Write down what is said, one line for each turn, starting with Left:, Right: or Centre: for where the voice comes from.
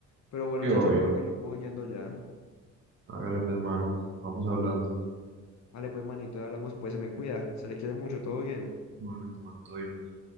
Left: Pero bueno,
Right: Sí,
Left: chacho,
Right: obvio.
Left: yo creo que yo me voy yendo ya.
Right: Hágale pues, mano. Vamos hablando.
Left: Vale, pues manito, hablamos, pues se me cuida. Se le quiere mucho, todo bien.
Right: Igualmente, mano, todo bien, pues.